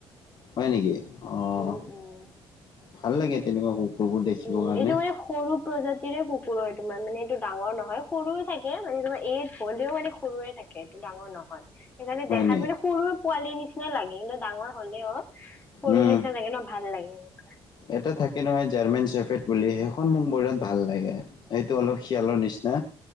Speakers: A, on the left; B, on the left.
A: হয় নেকি? অ'
B: উম উম
A: ভাল লাগে তেনেকুৱা কুকুৰবোৰ দেখিবৰ
B: উম
A: কাৰণে।
B: এইটো মানে সৰু প্ৰজাতিৰে কুকুৰ হয় তোমাৰ মানে, এইটো ডাঙৰ নহয় সৰুৱে থাকে মানে তোমাৰ এ'জ হলেও মানে সৰুৱে থাকে। এইটো ডাঙৰ নহয়। সেইকাৰণে
A: হয়
B: দেখাত
A: নি
B: মানে সৰুৰ পোৱালিৰ নিচিনা লাগে কিন্তু ডাঙৰ হ'লেও। সৰু
A: উম
B: নিচনা লাগে ন ভাল লাগে।
A: এটা থাকে নহয় জাৰ্মান চেফেট বুলি, সেইখন মোক মোৰ বিৰাত ভাল লাগে এইটো অলপ শিয়ালৰ নিচিনা?